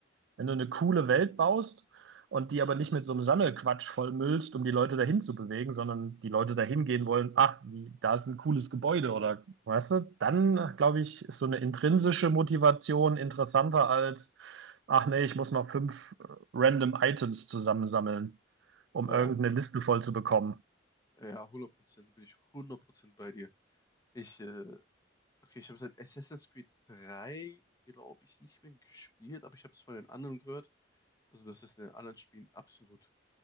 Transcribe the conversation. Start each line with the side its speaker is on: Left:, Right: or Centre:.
Right: Wenn du eine coole Welt baust und die aber nicht mit so einem Sammelquatsch vollmüllst, um die Leute dahin zu bewegen, sondern die Leute dahin gehen wollen, ach, wie, da ist ein cooles Gebäude oder weißt du, dann glaube ich, ist so eine intrinsische Motivation interessanter als, ach nee, ich muss noch fünf äh, random Items zusammensammeln, um
Left: Boah,
Right: irgendeine Liste voll zu bekommen.
Left: ja, hundert Prozent bin ich hundert Prozent bei dir. Ich, äh, okay, ich habe seit Assassin's Creed 3 glaube ich, nicht mehr gespielt, aber ich habe es von den anderen gehört. Also, dass es in den anderen Spielen absolut